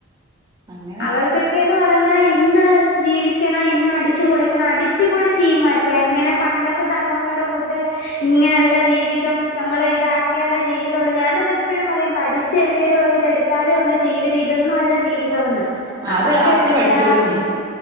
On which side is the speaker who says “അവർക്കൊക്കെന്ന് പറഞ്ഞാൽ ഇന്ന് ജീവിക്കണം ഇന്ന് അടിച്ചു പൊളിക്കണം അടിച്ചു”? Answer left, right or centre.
Left